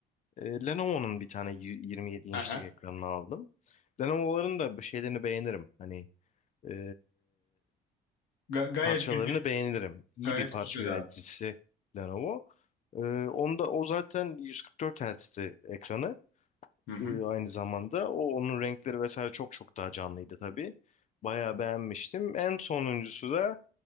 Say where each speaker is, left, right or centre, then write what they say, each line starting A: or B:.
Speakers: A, on the left (about 45°); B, on the left (about 80°).
A: Ee, Lenovo'nun bir tane y- 27 inçlik
B: Aha.
A: ekranını aldım. Lenovo'ların da bu şeylerini beğenirim. Hani ee,
B: Ga- gayet
A: parçalarını
B: güzel.
A: beğenirim. İyi
B: Gayet
A: bir parça
B: güzel
A: üreticisi
B: abi.
A: Lenovo. Ee, onda o zaten 144 Hz'ti ekranı
B: Hı hı.
A: ee, aynı zamanda. O onun renkleri vesaire çok çok daha canlıydı tabii. Bayağı beğenmiştim. En sonuncusu da